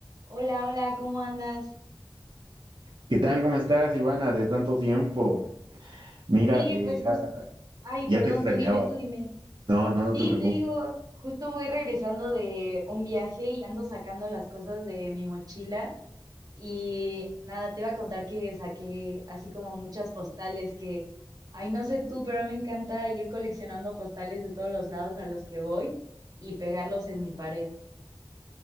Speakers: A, on the right (about 50°); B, on the right (about 70°).
A: Hola, hola, ¿cómo andas?
B: ¿Qué tal? ¿Cómo estás, Ivana? De tanto tiempo. Mira,
A: Sí,
B: eh,
A: pues
B: ya,
A: justo. Ay,
B: ya
A: perdón,
B: te extrañaba.
A: tú dime, tú dime.
B: No, no, no
A: Sí,
B: te preocupes.
A: te digo, justo voy regresando de un viaje y ando sacando las cosas de mi mochila. Y nada, te iba a contar que saqué así como muchas postales que, ay, no sé tú, pero me encanta ir coleccionando postales de todos los lados a los que voy y pegarlos en mi pared.